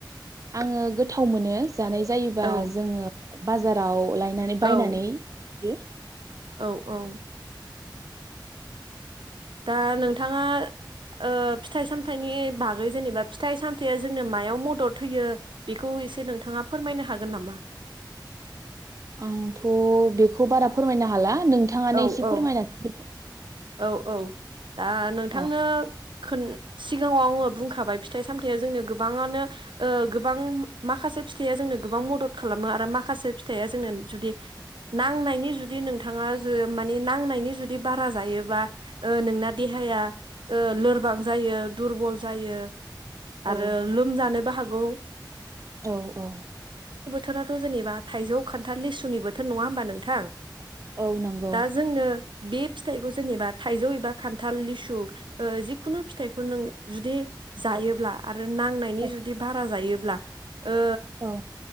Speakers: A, on the right; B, on the right.
A: आङो गोथाव मोनो जानाय जायोबा
B: औ
A: जोङो बाजाराव लाय नानै
B: औ
A: बायनानै <unintelligible>
B: औ औ दा नोंथाङा ओ फिथाइ सामथाइनि बागै जेनेबा फिथाइ सामथायाइया जोंनो मायाव मदद होयो बेखौ एसे नोंथाङा फोरमायनो हागोन नामा?
A: आंथ बेखौ बारा फोरमायनो हाला नोंथाङानो
B: औ
A: एसे
B: औ
A: फोरमायनानै
B: औ औ दा नोंथांनो
A: होदो औ
B: खोन सिगाङाव आङो बुंखाबाय फिथाइ सामथायाइया जोंनो गोबाङानो ओ गोबां माखासे फिथाइ जोंनो गोबां मदद खालामो आरो माखासे फिथाइआ जोंनो जुदि नांनायनि जुदि नोंथाङा जो माने नांनायनि जुदि बारा जायोबा ओ नोंना देहाया ओ लोरबां जायो दुरबल जायो आरो
A: औ
B: लोमजानोबो हागौ
A: औ औ
B: थोराथ' जेनेबा थाइजौ, खान्थाल, लिसुनि बोथोर नङा होमबा नोंथां?
A: औ नोंगौ।
B: दा जोंनो बे फिथाइखौ जेनेबा थाइजौ एबा खान्थाल लिसु ओ जिखुनु फिथाइखौ नों जुदि जायोब्ला आर रो नांनायनि
A: औ
B: जुदि भारा जायो ब्ला ओ
A: औ